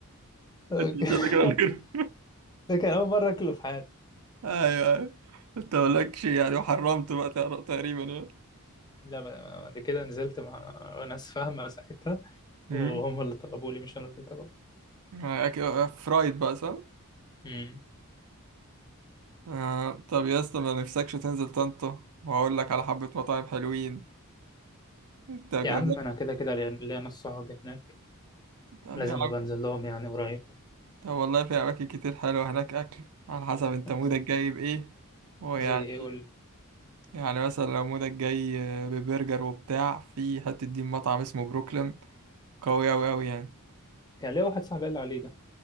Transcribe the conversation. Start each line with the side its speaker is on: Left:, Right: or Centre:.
Left: <laughs>
Right: انت مش هتاكل ولا غير
Left: ده كان اول مره اكله في حياتي
Right: ايوه ايوه انت
Left: أمم.
Right: مالكش يعني وحرمت بقى تقر- تقريبا يعني
Left: لا بعد كده نزلت مع ناس فاهمة ساعتها
Right: امم
Left: وهم اللي طلبوا لي مش أنا اللي طلبت
Right: أك- فرايد بقى صح؟
Left: امم
Right: آه طب يا اسطى ما نفسكش تنزل طنطا واقول لك على حبة مطاعم حلوين انت جربت؟
Left: يا عم أنا كده كده ليا ليا ناس صحابي هناك
Right: طب
Left: لازم
Right: يا عم
Left: أبقى أنزل لهم يعني قريب
Right: طب والله في أماكن كتير حلوة هناك أكل على حسب أنت مودك
Left: ز-
Right: جاي بإيه ويعني
Left: زي إيه قول لي
Right: يعني مثلا لو مودك جاي ببرجر وبتاع في حتة دي مطعم اسمه بروكلين قوي أوي أوي يعني
Left: كان ليا واحد صاحبي قال لي عليه ده